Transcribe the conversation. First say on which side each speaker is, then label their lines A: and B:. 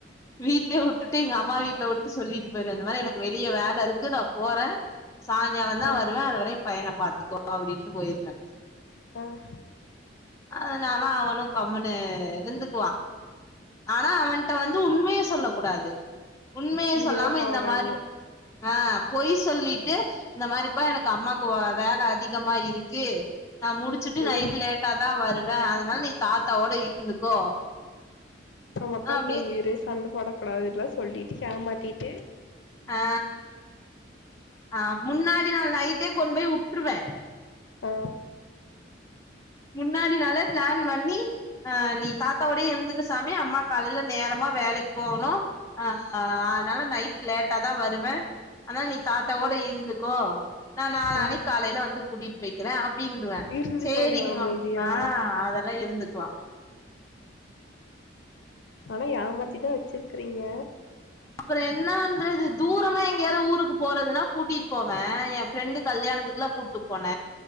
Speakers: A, on the left; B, on the left.
A: வீட்லயே உட்டுட்டு எங்க அம்மா வீட்ல மட்டு சொல்லிட்டு போயிருவ இந்த மாரி எனக்கு வெளிய வேல இருக்கு நா போறே சாய்ங்காலாந்தா
B: ஆ
A: வருவே அது வரையு பையனப் பாத்துக்கோ அப்டின்ட்டு போயிருவே
B: ம்
A: அதனால அவனு கம்முனு இருந்துக்குவா ஆனா அவன்ட்ட வந்து உண்மய சொல்ல கூடாது உண்மய
B: இங்கதா
A: சொல்லாம
B: போறேன்னு
A: இந்த மாரி அ பொய் சொல்லிட்டு இந்த மாரிப்பா எனக்கு அம்மாக்கு வ வேல அதி கமா இருக்கு நா முடிச்சிட்டு
B: ம்
A: நைட்டு லேட் ட்டதா வருவ அதனால் நீ தாத்தாவோட இருந்துக்கோ
B: ப்றமத்தா
A: அப்டி
B: தூங்கிரு சண்ட போடக்கூடாது இதுலா சொல்லிட்டி ஹேமாத்திட்டு
A: அ அ முன்னாடி நாள் நைட்டே கொண் போய் உட்டுருவ
B: ஒ
A: முன்னாடி நாளே ப்ளேன் பண்ணி அ நீ தாத்தாவோடே இருந்துக்க சாமி அம்மாக் காலைல நேரமா வேலைக் போவனு அ அத்னால நைட் லேட்டா தா வருவ அனால் நீ தாத்தாவோட இருந்துக்கோ நா நாளானிக்
B: ஆ
A: காலைல வந்து கூட்டிட் போய்க்கிற அப்டின்ருவ
B: இருந்துப்பாங்களா
A: சேரிங்
B: அமைதியா
A: மவ் அ அதல்லா இருந்துக்குவா
B: அனா ஏமாத்திதா வெச்சிர்க்குறீங்க
A: த என்ன பண்றது தூரமா எங்யாவ்து ஊருக்கு போறதுனா கூட்டிட் போவ ஏ ஃப்ரெண்டு் கல்யாணத்துக்குலா கூட்டு போன